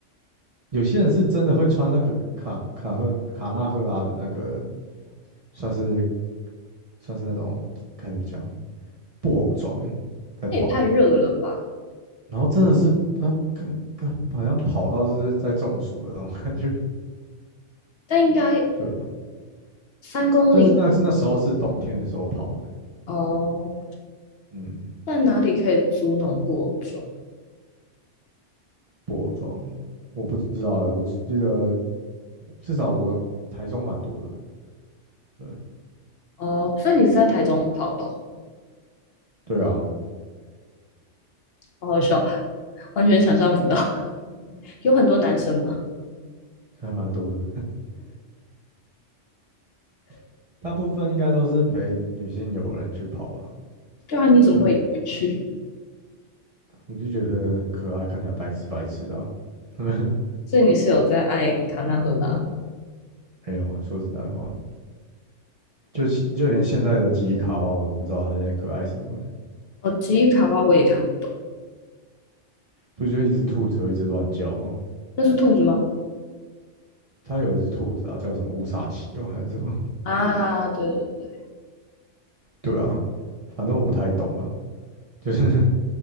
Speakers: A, on the right; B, on the left.
A: 有些人是真的会穿那个卡卡赫卡纳赫拉的那个，算是算是那种该怎么讲？布偶装在跑，
B: 那也太热了吧？
A: 然后真的是那跟跟好像跑到是在中暑的那种感觉，<laughs>
B: 但应该
A: 对啊。
B: 三公里
A: 但是那那时候是冬天的时候跑的，
B: 哦。
A: 嗯，
B: 那哪里可以租那种布偶装？
A: 布偶装我不知道欸我记得至少我台中蛮多的，对
B: 哦，所以你是在台中跑的哦
A: 对啊，
B: 好好笑，完全想象不到。<laughs> 有很多男生吗？
A: 还蛮多的，<laughs> 大部分应该都是陪女性友人去跑了，
B: 对啊，你怎么会回去？
A: 对，我就觉得很可爱，看起来白痴白痴的啊，<laughs>
B: 所以你是有在爱卡纳赫拉？
A: 没有，说实在话，就就连现在的吉卡哇，我都不知道他在可爱什么了
B: 哦，吉伊卡哇我也看不懂，
A: 不就一只兔子会一直乱叫吗？
B: 那是兔子吗？
A: 它有一只兔子啊，叫什么乌萨奇哦，还是什么？
B: 啊，对对对，
A: 对啊，反正我不太懂啊，就是 <laughs>